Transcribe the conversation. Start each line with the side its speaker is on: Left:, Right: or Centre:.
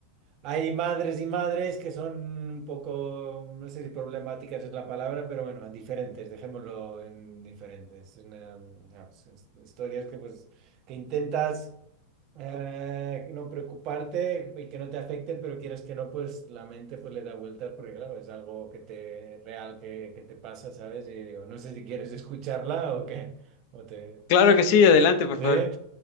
Right: Hay madres y madres que son un poco, no sé si problemáticas es la palabra, pero bueno, diferentes, dejémoslo en diferentes. Es una- vamos, es- historias que, pues, que intentas eh, no preocuparte y que no te afecten, pero quieras que no, pues la mente pues, le da vueltas porque, claro, es algo que te, real que, que te pasa, ¿sabes? Y digo, no sé si quieres escucharla o qué. O te,
Left: Claro que sí, adelante, por
Right: ¿eh?
Left: favor.